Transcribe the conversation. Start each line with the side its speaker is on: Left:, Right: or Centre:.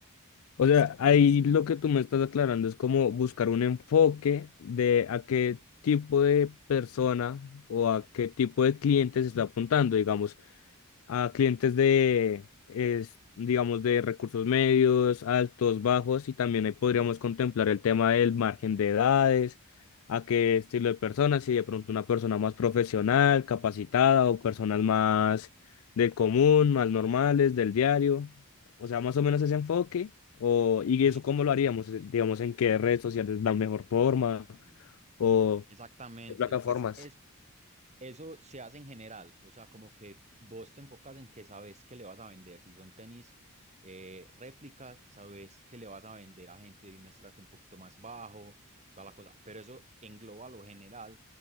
Left: O sea, ahí lo que tú me estás aclarando es como buscar un enfoque de a qué tipo de persona o a qué tipo de cliente se está apuntando. Digamos, a clientes de, es, digamos, de recursos medios, altos, bajos, y también ahí podríamos contemplar el tema del margen de edades, a qué estilo de personas, si de pronto una persona más profesional, capacitada, o personas más del común, más normales, del diario, o sea, más o menos ese enfoque, o, y
Right: Ujú.
Left: eso cómo lo haríamos, Eh, digamos, en qué redes sociales la mejor forma,
Right: Ujú.
Left: o
Right: Exactamente,
Left: qué plataformas.
Right: pues es, Eso se hace en general, o sea, como que vos te enfocas en que sabes que le vas a vender. Si son tenis eh, réplicas, sabes que le vas a vender a gente de un estrato un poquito más bajo, toda la cosa. Pero eso engloba lo general